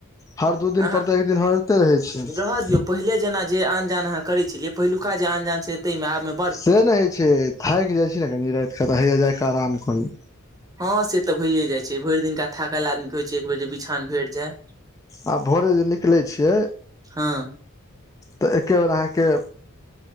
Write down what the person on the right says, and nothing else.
अहाँ
रहऽ दियौ पहिले जेना जे आन जान अहाँ करै छलियै। पहिलुका जे आन जान छै, तेमे आब।
हँ से तऽ भइए जाय छै, भरि दिनका थाकल आदमी होइ छै, एक बेर जे बिछान भेट जाय।
हँ